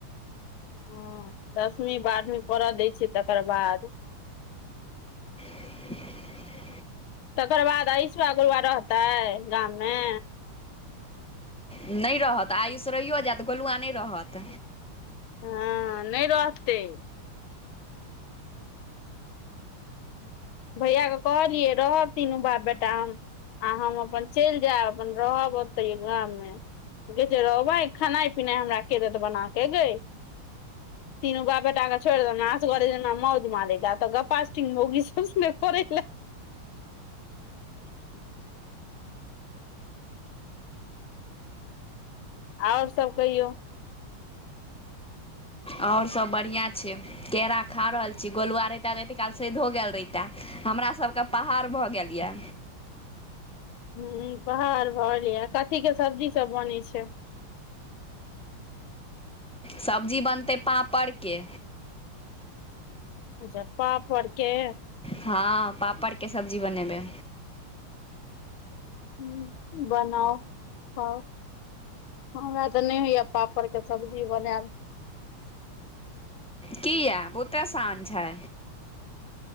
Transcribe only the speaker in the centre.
<unintelligible>
नहि रहत आयुष रहियो जाएत गोलुआ नहि रहत
आओर सभ बढ़ियाँ छै केरा खा रहल छी गोलुआ रहितां एत्ते काल सइधो गेल रहितां हमरासभके पहाड़ भऽ गेल या
सब्जी बनतै पापड़के
हाँ पापड़के सब्जी बनेबै
किया बहुते असान छै